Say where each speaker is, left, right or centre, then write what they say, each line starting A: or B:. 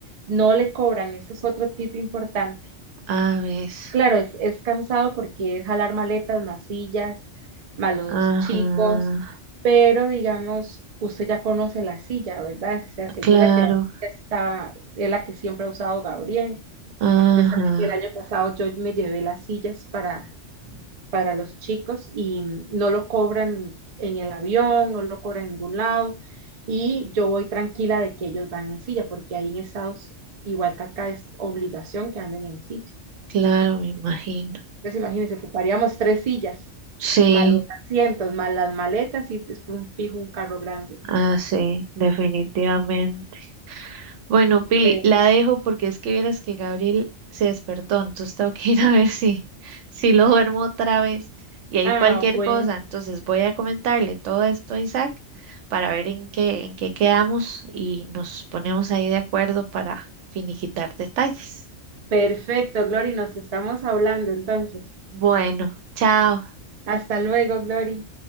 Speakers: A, on the right; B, on the right.
A: no le cobran, eso es otro tip importante
B: A ves.
A: Claro, es, es cansado porque es jalar maletas, más sillas, más los
B: Ajá.
A: chicos, pero digamos, usted ya conoce la silla, ¿verdad? Se asegura
B: Claro.
A: que la silla está, es la que siempre ha usado Gabriel.
B: Ajá.
A: Entonces, el año pasado yo me llevé las sillas para, para los chicos y no lo cobran en el avión, no lo cobran en ningún lado y yo voy tranquila de que ellos van en silla porque ahí en Estados, igual que acá, es obligación que anden en silla.
B: Claro, me imagino.
A: Entonces imagínense, ocuparíamos tres sillas,
B: Sí.
A: más los asientos, más las maletas y después un fijo un carro grande.
B: Ah, sí, definitivamente. Bueno, Pili,
A: Pero-
B: la dejo porque es que vieras que Gabriel se despertó, entonces tengo que <laughs> ir a ver si, si lo duermo otra vez. Y ahí
A: ah,
B: cualquier
A: bueno,
B: cosa, entonces voy a comentarle todo esto a Isaac para ver en qué, en qué quedamos y nos ponemos ahí de acuerdo para finiquitar detalles.
A: perfecto, Glory, nos estamos hablando entonces.
B: Bueno, chao.
A: Hasta luego, Glory.